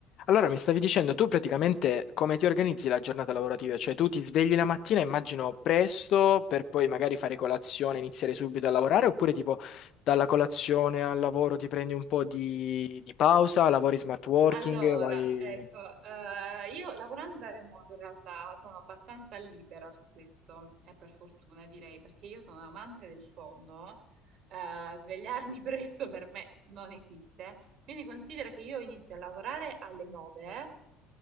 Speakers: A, on the left; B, on the right.
A: Allora, mi stavi dicendo tu praticamente come ti organizzi la giornata lavorativa? Cioè tu ti svegli la mattina, immagino presto, per poi magari fare colazione, iniziare subito a lavorare, oppure tipo dalla colazione al lavoro ti prendi un po' di, di pausa, lavori smart working,
B: Allora,
A: vai...
B: ecco, eh, io lavorando da remoto in realtà sono abbastanza libera su questo, e per fortuna direi, perché io sono amante del sonno, eh, svegliarmi <laughs> presto per me non esiste, quindi considera che io inizio a lavorare alle 9